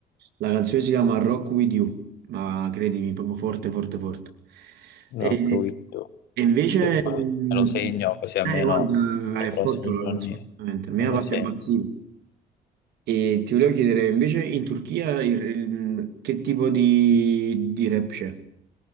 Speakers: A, on the right; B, on the left.
A: La canzone si chiama Rock With You, ma credimi, proprio forte, forte, forte.
B: Rock
A: E,
B: With
A: e invece,
B: Sì, poi
A: mm,
B: me lo segno così almeno
A: eh, guarda,
B: nei
A: è
B: prossimi
A: forte la
B: giorni
A: canzone, veramente. A me
B: me
A: ha
B: lo
A: fatto
B: segno.
A: impazzire. E ti volevo chiedere, invece, in Turchia il- il- che tipo di, di rap c'è?